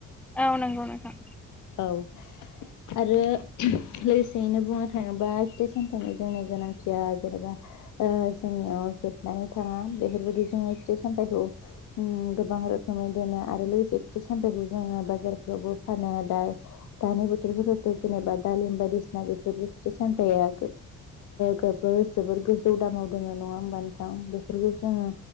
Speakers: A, in the centre; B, on the left.
A: औ नंगौ नोंथां
B: औ आरो लोगोसेयैनो बुंनो थाङोबा फिथाइ - सामथाइनि जोंनि गोनांथिया जेनेबा जोंनियाव जोबनानै थां बेफोरबायदि जोङो फिथाइ - सामथाइखौ गोबां रोखोमै दोनो आरो लोगोसे फिथाइ- सामफाइखौ जोङो बाजारफ्रावबो फानो दा दानि बोथोरफोरावथ' जेनेबा दालिम बायदिसिना बे फिथाइ - सामथाया जोबोर गोजौ दामाव दङो नङा होमबा नोंथां बेफोरखौ जोङो